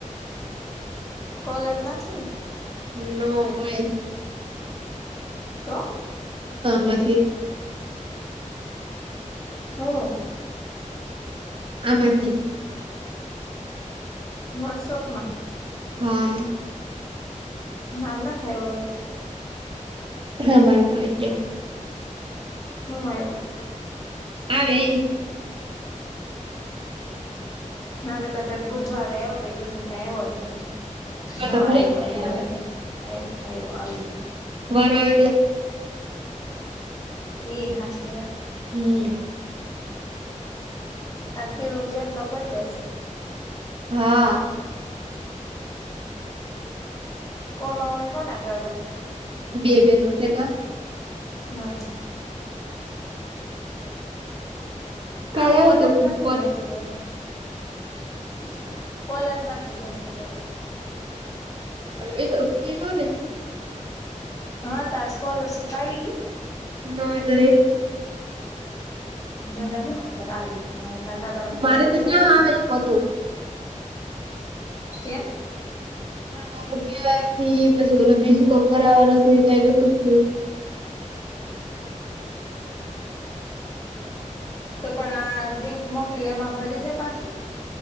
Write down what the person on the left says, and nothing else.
કોલેજ માંથી
તો
<inaudible>
વોટ્સઅપ માં
માર નથ આયવો હાજુ
હુ આયો
નારે તો બુધવાર એ હો તો એ પછ કઈ હોત હા
આવ્યું આવ્યું
આવ્યું આવ આવું આવી ગ
એ હશે
તે ઉમજે ને નંબર ડે
કોનો હોય કોને ખબર -
હા
આવ
કોલેજ
માથી મેસેજ આયો <inaudible> કોલેજ માંથી મેસેજ આયવો
હા તારી સ્કોલરશિપ આવીકે -
મને શું ખબર આવી કે મારે મારા ખાતા માંજ
પૈસા
પડે
કેમ
તો પણ આ લિંક મોકલી એમાં ભરી દે પાછું.